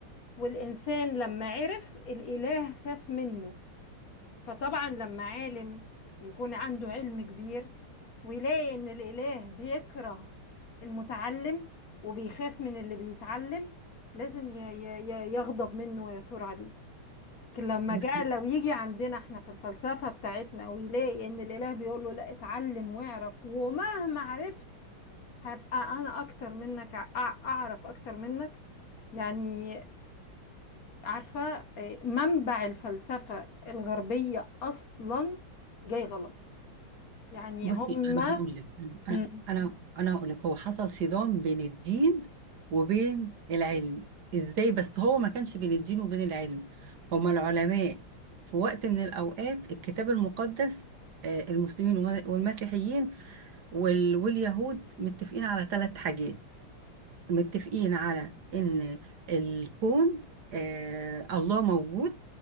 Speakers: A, on the left; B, on the right.
A: والإنسان لما عرف الإله خاف منه فطبعا لما عالم يكون عنده علم كبير ويلاقي ان الاله بيكره المتعلم وبيخاف من اللي بيتعلم لازم ي- ي- ي- يغضب منه ويثور عليه لكن لما
B: بص
A: جاء لو يجي عندنا احنا في الفلسفة بتاعتنا ويلاقي ان الاله بيقول له لا اتعلم واعرف ومهما عرفت هبقى انا اكتر منك أع- اعرف اكتر منك يعني عارفة آه، منبع الفلسفة الغربية أصلا جاي غلط يعني
B: بصي
A: هما
B: انا هقول لك انا
A: مم.
B: انا أنا هقول لك هو حصل صدام بين الدين وبين العلم ازاي بس هو ما كانش بين الدين وبين العلم هما العلماء في وقت من الاوقات الكتاب المقدس آه، المسلمين والم- والمسيحيين وال- واليهود متفقين على ثلاث حاجات متفقين على ان الكون آه الله موجود